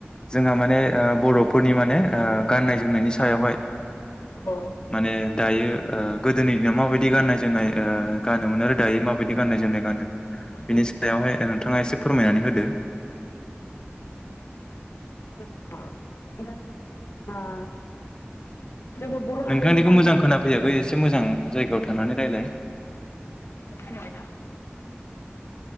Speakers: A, on the left (about 20°); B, on the left (about 75°).
A: जोंहा माने बर'फोरनि माने गाननाय जोमनायनि सायावहाय
B: औ
A: माने दायो गोदोनि दिनाव माबायदि गाननाय जोमनाय गानोम मोनो आरो दायो माबायदि गाननाय जोमनाय गानो। बिनि
B: औ
A: सायावहाय नोंथाङा एसे फोरमायनानै होदो
B: ग <unintelligible> ज बलानि
A: नोंथांनिखौ
B: बानाय
A: मोजां खोनाफैयाखै
B: <unintelligible>
A: एसे मोजां जायगायाव थांनानै रायज्लाय
B: ब खानाय ना <unintelligible>